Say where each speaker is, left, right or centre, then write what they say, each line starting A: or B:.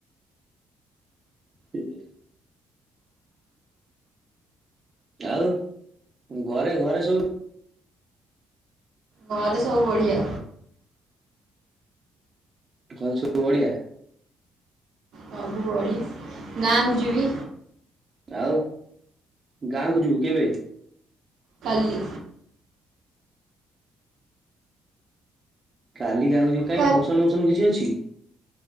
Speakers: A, on the right; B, on the right.
A: <unintelligible> ଆଉ ଘରେ ଘରେ ସବୁ
B: ଘରେ ସବୁ ବଢିଆ।
A: ତ ଘର ସବୁ ବଢିଆ।
B: ସବୁ ବଢିଆ ଗାଁକୁୁ ଯିବି
A: ଆଉ ଗାଁକୁ ଯିବୁ କେବେ?
B: କାଲି।
A: କାଲି ଗାଁକୁ ଯିବୁ, କାଇଁ
B: କାଲି
A: ଫଙ୍କସନ ମଙ୍କସନ କିଛି ଅଛି?